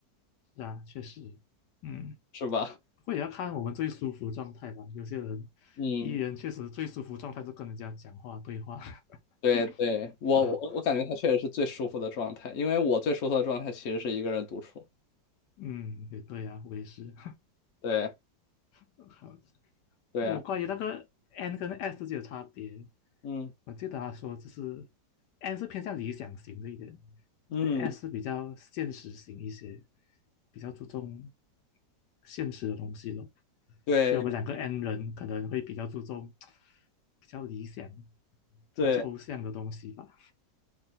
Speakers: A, on the left; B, on the left.
A: 是啊，确实，嗯。
B: 是吧？
A: 不过也要看我们最舒服状态吧。有些人
B: 嗯，
A: E 人确实最舒服状态是跟人家讲话对话，<laughs>
B: 对对，我我我感觉他确实是最舒服的状态，
A: 是吧？
B: 因为我最舒服的状态其实是一个人独处。
A: 嗯，也对啊，我也是。
B: 对
A: <laughs> 好，
B: 对啊，
A: 还有关于那个 N 跟 S 之间的差别，
B: 嗯
A: 我记得他说就是 N 是偏向理想型的一点
B: 嗯，
A: ，S 是比较现实型一些，比较注重现实的东西咯。
B: 对
A: 所以我们两个 N 人可能会比较注重比较理想、比较抽象的东西吧。
B: 对。